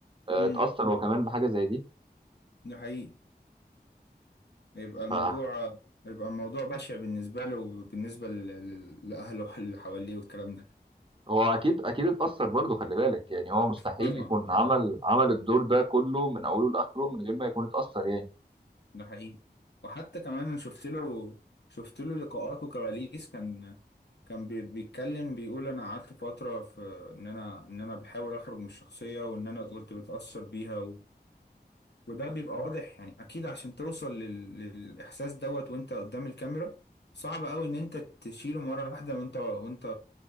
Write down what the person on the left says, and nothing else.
امم
ده حقيقي يبقى الموضوع
يبقى الموضوع بشع بالنسبة له وبالنسبة ل- ل- لأهله اللي حواليه والكلام ده
طبعا
ده حقيقي وحتى كمان انا شفت له شفت له لقاءات وكواليس كان كان بي- بيتكلم بيقول انا قعدت فترة في ان انا ان انا بحاول اخرج من الشخصية وان انا كنت بتأثر بيها و... وده بيبقى واضح يعني اكيد عشان توصل لل... للاحساس دوت وانت قدام الكاميرا صعب قوي ان انت تشيله مرة واحدة وانت وانت